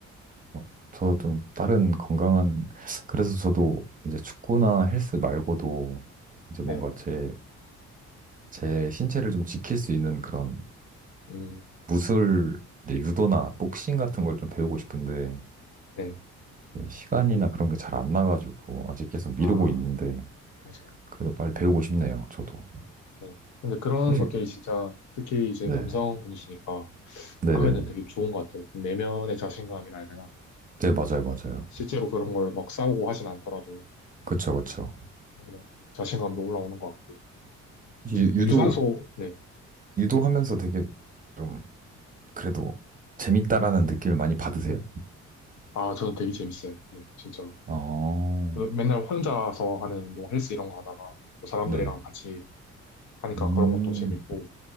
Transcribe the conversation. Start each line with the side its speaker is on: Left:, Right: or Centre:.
Right: 어, 저도 좀 다른 건강한, 그래서 저도 이제 축구나 헬스 말고도 이제
Left: 네.
Right: 뭔가 제 제 신체를 좀 지킬 수 있는 그런
Left: 음,
Right: 무술, 이제 유도나 복싱 같은 걸 좀 배우고 싶은데
Left: 네.
Right: 예, 시간이나 그런 게 잘 안 나가지고 아직 계속
Left: 아,
Right: 미루고 있는데
Left: 맞아요.
Right: 그래도 빨리 배우고 싶네요. 저도
Left: 네. 근데 그런
Right: 혹시
Left: 것들이 진짜, 특히 이제
Right: 네,
Left: 남성분이시니까
Right: 네네,
Left: 하면은 되게 좋은 것 같아요. 내면의 자신감이라 해야 되나?
Right: 네 맞아요, 맞아요.
Left: 실제로 그런 걸 막 싸우고 하진 않더라도
Right: 그쵸, 그쵸.
Left: 막 자신감도 올라오는 것 같고
Right: 유, 유도
Left: 뭐 유산소 네.
Right: 유도하면서 되게 좀 그래도 재밌다라는 느낌을 많이 받으세요?
Left: 아 저는 되게 재밌어요. 네, 진짜로
Right: 아,
Left: 어, 맨날 혼자서 하는 운동 헬스 이런 거 하다가 또 사람들이랑
Right: 네,
Left: 같이 하니까
Right: 음,
Left: 그런 것도 재밌고